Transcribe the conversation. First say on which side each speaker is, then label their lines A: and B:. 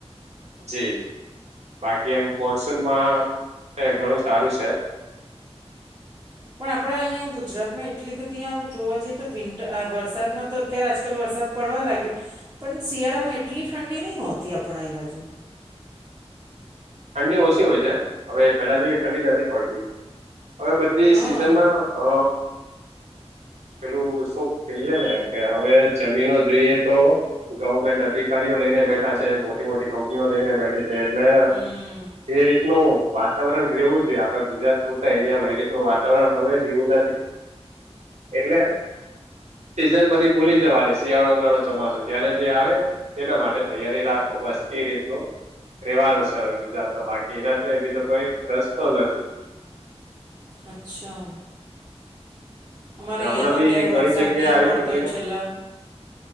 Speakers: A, on the right (about 80°); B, on the right (about 20°).
A: જી બાકી એમ મોન્સુનમાં ઘણું સારું છે,
B: પણ આપણે અહીંયા આમ ગુજરાતમાં એટલી બધી આમ જોવા જઈએ તો વિન્ટર વરસાદ માં તો અત્યારે આજકાલ વરસાદ, પડવા લાગ્યો પણ શિયાળામાં એટલી ઠંડી નહી હોતી આપડે અહીં બાજુ,
A: ઠંડી ઓછી હોય છે હવે પેલા જેવી ઠંડી નથી હોતી, હવે બધી
B: હા
A: સિઝન માં અ પેલું શું કહીએ ને કે હવે જમીનો જોઈએ તો, ગવર્મેન્ટ અધિકારીઓ લઈને બેઠા છે મોટી મોટી કંપનીઓ લઈને બેઠી છે એટલે,
B: હમમ
A: જે રીતનું વાતાવરણ રહેવું જોઈએ આપણા ગુજરાત પૂરતા એરિયામાં એ રીતનું વાતાવરણ હવે રયુ નથી., એટલે, સિઝન બધી ભૂલી જવાની શિયાળો ઉનાળો ચોમાસુ જ્યારે જે આવે, તેના માટે તૈયારી રાખો બસ એ રીતનું, રેવાનું છે હવે ગુજરાતમાં બાકી એના સિવાય બીજો કોઈ રસ્તો નથી.,
B: અચ્છા, અમારે
A: ને
B: અહીંયા
A: હમણાં
B: તો
A: બી
B: અત્યારે
A: ઘણી
B: વરસાદ
A: જગ્યાએ
B: નહીં
A: આવી
B: પડતો
A: તકલીફો,
B: છેલ્લા